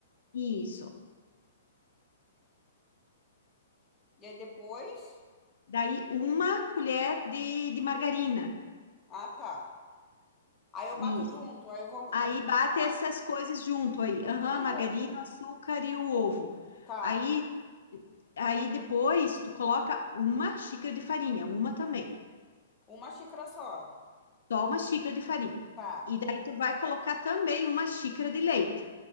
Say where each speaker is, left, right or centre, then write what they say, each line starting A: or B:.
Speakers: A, on the left (about 80°); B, on the left (about 15°).
A: isso.
B: E aí depois.
A: Daí uma colher de, de margarina.
B: Ah, tá. Aí eu
A: Isso.
B: bato junto, aí eu vou, vou
A: Aí bate
B: bato
A: essas coisas junto aí. Aham,
B: tudo
A: margarina,
B: junto.
A: açúcar e o ovo.
B: Tá.
A: Aí, aí depois tu coloca uma xícara de farinha, uma também.
B: Uma xícara só.
A: Só uma xícara de farinha.
B: Tá.
A: E daí tu vai colocar também uma xícara de leite.